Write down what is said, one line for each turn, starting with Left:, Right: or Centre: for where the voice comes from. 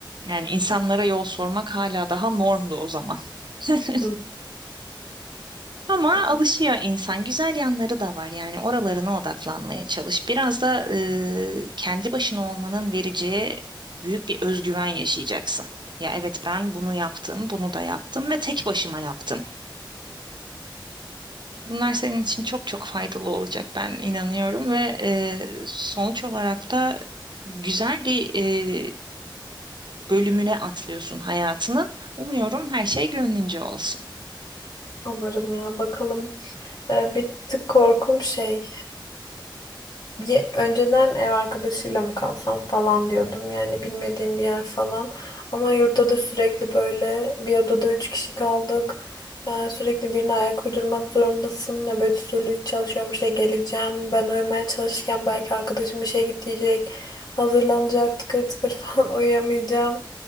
Right: Yani insanlara yol sormak hala daha normdu o zaman. <laughs>
Left: Hı.
Right: Ama
Left: <laughs>
Right: alışıyor insan. Güzel yanları da var. Yani oralarına odaklanmaya çalış. Biraz da e, kendi başına olmanın vereceği büyük bir özgüven yaşayacaksın. Ya evet ben bunu yaptım, bunu da yaptım ve tek başıma yaptım. Bunlar senin için çok çok faydalı olacak ben inanıyorum ve e, sonuç olarak da güzel bir e, bölümüne atlıyorsun hayatının. Umuyorum her şey gönlünce olsun.
Left: Umarım ya bakalım. Ee, bir tık korkum şey. Ye- Önceden ev arkadaşıyla mı kalsam falan diyordum yani bilmediğim bir yer falan. Ama yurtta da sürekli böyle bir odada üç kişi kaldık. Ee, sürekli birine ayak uydurmak zorundasın. Nöbet usulü çalışıyorum işte geleceğim. Ben uyumaya çalışırken belki arkadaşım işe gidecek. Hazırlanacak tıkır tıkır <laughs> falan uyuyamayacağım.